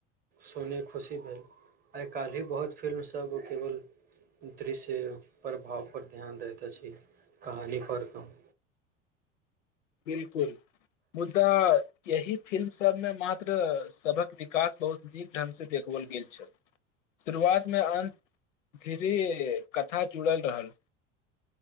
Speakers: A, on the right; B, on the left.
A: सोन खुशी भेल आइ काल्ह ही बहुत फिल्मसभ ओ केवल दृश्य प्रभाव पर ध्यान दैत छी कहानी पर कम
B: बिलकुल मुद्दा एहि फिल्मसभमे मात्र सभक विकास बहुत नीक ढङ्गसँ देखाओल गेल छल शुरुआतमे अन धरी कथा जुड़ल रहल